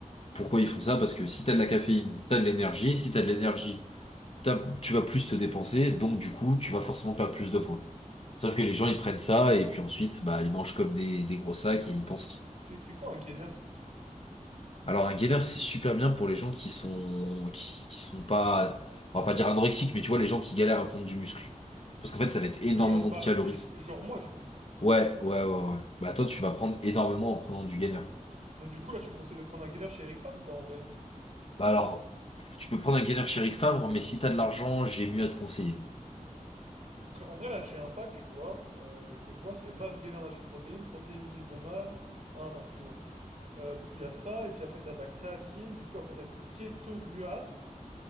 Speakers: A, on the left (about 50°); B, on the right (about 65°).
A: Pourquoi ils font ça? Parce que si t'as de la caféine, t'as de l'énergie. Si t'as de l'énergie, t'as- tu vas plus te dépenser, donc du coup, tu vas forcément perdre plus de points. Sauf que les gens, ils prennent ça, et puis ensuite, bah, ils mangent comme des, des gros sacs,
B: C'est
A: et
B: c'est-
A: ils pensent qu'ils-
B: c'est- c'est quoi un gainer?
A: Alors, un gainer, c'est super bien pour les gens qui sont, qui, qui sont pas, on va pas dire anorexiques, mais tu vois, les gens qui galèrent à prendre du muscle. Parce qu'en fait, ça va être énormément
B: Genre, bah,
A: de calories.
B: j- genre moi, du coup.
A: Ouais, ouais, ouais, ouais. Bah, toi, tu vas prendre énormément en prenant du gainer.
B: Donc du coup, là, tu me conseilles de prendre un gainer chez Eric Fav ou pas, en vrai?
A: Bah, alors, tu peux prendre un gainer chez Rick Favre, mais si t'as de l'argent, j'ai mieux à te conseiller.
B: Parce qu'en vrai, là, j'ai un pack, tu vois, euh, que je vois, c'est masse gainer nation protéines, protéines prise de masse... Ah non, attends, excuse-moi. Euh, du coup, il y a ça, et puis après, t'as de la créatine, du coup, après, t'as du kétogluâtre,